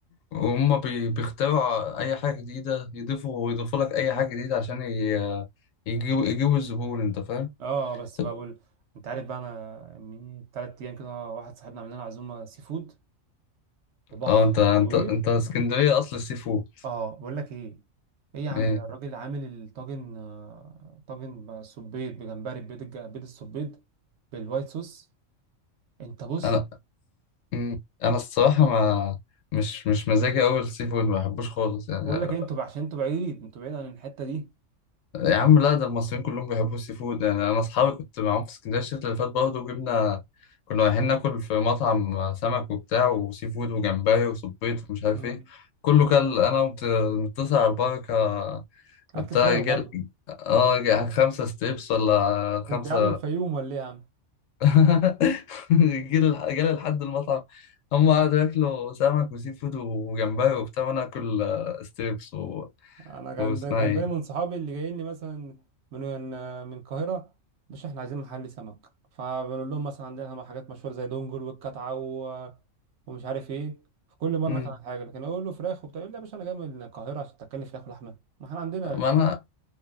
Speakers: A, on the left; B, on the right.
A: وهم بي- بيخترعوا أي حاجة جديدة يضيفوا ويضيفوا لك أي حاجة جديدة عشان ي- يجيبوا يجيبوا الزبون أنت فاهم؟
B: اه بس
A: طب
B: بقى بقول انت عارف بقى انا من ثلاث ايام كده واحد صاحبنا عمل لنا عزومه سي فود في بحر
A: أه أنت أنت
B: ابو قير
A: أنت اسكندرية أصل السي فود
B: اه بقول لك ايه ايه يا عم
A: إيه
B: ده الراجل عامل الطاجن آه، طاجن بالسبيط بجمبري بيض الج- بيض السبيط بالوايت صوص انت بص
A: أنا مم. أنا الصراحة ما مش مش مزاجي أوي السي فود ما بحبوش خالص يعني
B: بقول لك ايه انتوا بقى- عشان انتوا بعيد انتوا بعيد عن الحتة دي
A: يا عم لا ده المصريين كلهم بيحبوا السي فود يعني أنا أصحابي كنت معاهم في اسكندرية الشتا اللي فات برضه وجبنا كنا رايحين ناكل في مطعم سمك وبتاع وسي فود وجمبري وصبيط ومش عارف
B: امم
A: إيه كله كل انا متصل على البركه
B: اكل
A: بتاع
B: فراخ
A: جل
B: برضه
A: اه جا- خمسة ستيبس ولا
B: انت
A: خمسة
B: عامل الفيوم ولا ايه يا عم
A: <laughs> جيل الح- جالي لحد المطعم هم قعدوا ياكلوا سمك وسي فود وجمبري وبتاع وانا اكل آه، ستيبس و...
B: انا كان
A: واسمها
B: دا كان
A: ايه
B: دايما صحابي اللي جايين لي مثلا من من القاهره مش احنا عايزين محل سمك فبنقول لهم مثلا عندنا حاجات مشهوره زي دونجل والكتعه و... ومش عارف ايه في كل مره
A: مم.
B: كان حاجه لكن اقول له فراخ وبتاع يقول لي يا باشا انا جاي من القاهره عشان تاكلني فراخ ولحمه ما احنا عندنا
A: ما
B: الكلام
A: انا
B: ده